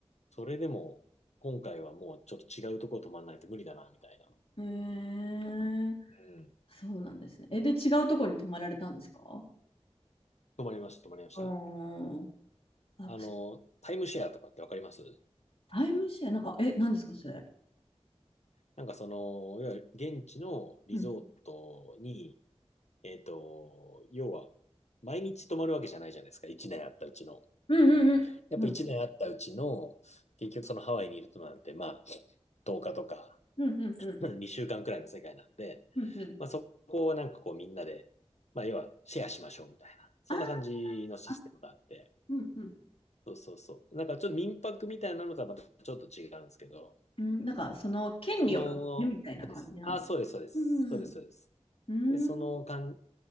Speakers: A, on the left; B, on the left.
A: それでも、今回はもうちょっと違うとこ泊まらないと無理だな、みたいな。
B: ええ
A: うん。
B: そうなんですね。え、で、違うところに泊まられたんですか
A: 泊まりました、泊まりました。
B: あーあ、
A: あの、タイムシェアとかってわかります
B: タイムシェア、なんか、え、なんですか、それ。
A: なんかその、いわゆる現地のリゾートに、
B: うん。
A: えっと、要は、毎日泊まるわけじゃないじゃないですか、1年あったうちの。
B: うんうんうん。
A: やっぱ1年あったうちの、
B: うん
A: 結局そのハワイにいるとなんて、まあ、10日とか、
B: うんうんうん。
A: <laughs> 2週間くらいの世界なんで、
B: うんうん。
A: まあそこをなんかこうみんなで、まあ要はシェアしましょうみたいな、そんな感じのシステムがあって、
B: あーあ、うんうん。
A: そうそうそう。なんかちょっと民泊みたいなのとはまたちょっと違うんですけど、
B: うん、なんか、その権利を買ってるみたいな感じなんですか。
A: その、あ、そうです、そうです、
B: うん、
A: そうです、そうです。
B: うん、
A: で、その感
B: うん、